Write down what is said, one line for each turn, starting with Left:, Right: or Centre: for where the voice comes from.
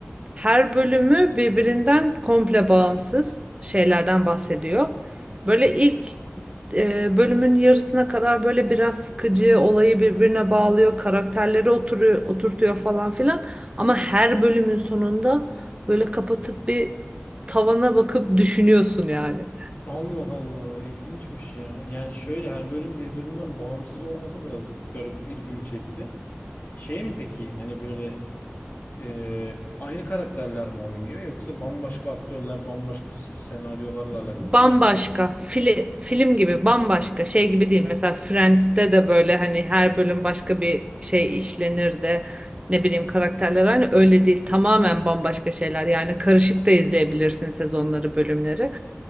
Right: Her bölümü birbirinden komple bağımsız şeylerden bahsediyor. Böyle ilk e, bölümün yarısına kadar böyle biraz sıkıcı olayı birbirine bağlıyor, karakterleri oturuyor, oturtuyor falan filan. Ama her bölümün sonunda böyle kapatıp bir tavana bakıp düşünüyorsun yani.
Left: Allah Allah ilginçmiş ya. Yani şöyle her bölüm birbirinden bağımsız olması biraz garip ilgimi çekti. Şey mi peki hani böyle e, aynı karakterler mi oynuyor yoksa bambaşka aktörler bambaşka s- senaryolarla alakalı
Right: Bambaşka
Left: gibi bir şey mi?
Right: fili, film gibi bambaşka şey gibi değil mesela Friends'te de böyle hani her bölüm başka bir şey işlenir de ne bileyim karakterler aynı öyle değil tamamen bambaşka şeyler yani karışık da izleyebilirsin sezonları bölümleri